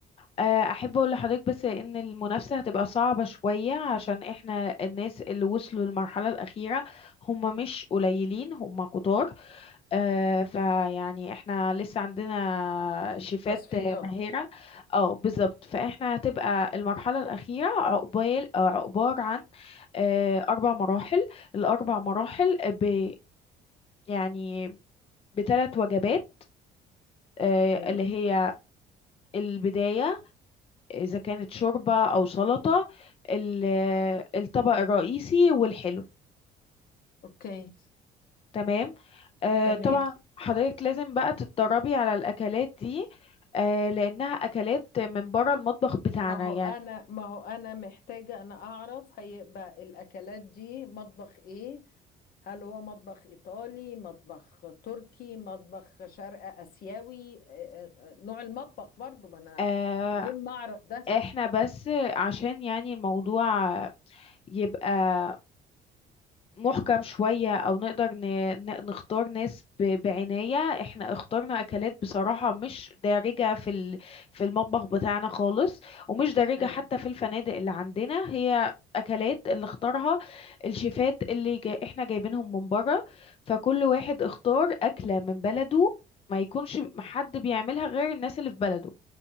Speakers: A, on the left; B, on the left.
A: آه، احب اقول لحضرتك بس ان المنافسة هتبقى صعبة شوية عشان احنا الناس اللي وصلوا للمرحلة الاخيرة هما مش قليلين هما كتار آه، فيعني احنا لسه عندنا شيفات
B: تصفيات
A: ماهرة اه بالظبط فاحنا هتبقى المرحلة الأخيرة عقبال آه، عقبار عن آه، أربع مراحل الأربع مراحل ب يعني بثلاث وجبات آه،
B: ايوه
A: اللي هي البداية إذا كانت شوربة أو سلطة ال- الطبق الرئيسي والحلو
B: اوكي
A: تمام آه
B: تمام
A: طبعا حضرتك لازم بقى تتدربي على الأكلات دي آه لأنها أكلات من بره المطبخ بتاعنا
B: ما هو
A: يعني
B: انا ما هو انا محتاجة انا اعرف هيبقى الاكلات دي مطبخ ايه هل هو مطبخ ايطالي مطبخ تركي مطبخ شرق اسيوي آه، آه، آه، نوع المطبخ برضو ما انا
A: آه
B: مهم اعرف ده
A: احنا بس عشان يعني الموضوع يبقى محكم شوية أو نقدر ن... ن- نختار ناس ب... بعناية احنا اخترنا أكلات بصراحة مش دارجة في ال... في المطبخ بتاعنا خالص ومش دارجة
B: اي
A: حتى في الفنادق اللي عندنا هي أكلات اللي اختارها الشيفات اللي جا... احنا جايبينهم من بره فكل واحد اختار أكلة من بلده ما يكونش حد بيعملها غير الناس اللي في بلده